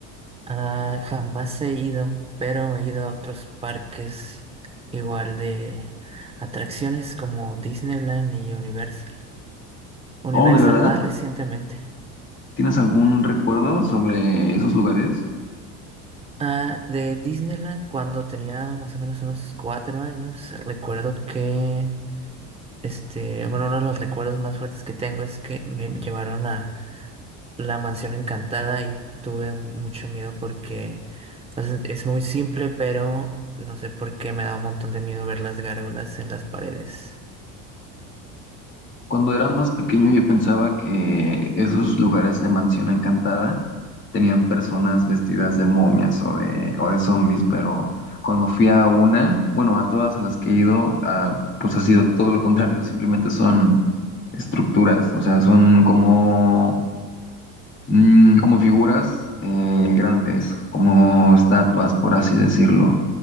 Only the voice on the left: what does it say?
Oh, ¿de verdad?
¿Tienes algún recuerdo sobre esos lugares?
Cuando era más pequeño yo pensaba que esos lugares de mansión encantada tenían personas vestidas de momias o de, o de zombies, pero cuando fui a una, bueno, a todas a las que he ido, ah, pues ha sido todo lo contrario, simplemente son estructuras, o sea, son como, mm, como figuras eh, grandes, como estatuas, por así decirlo.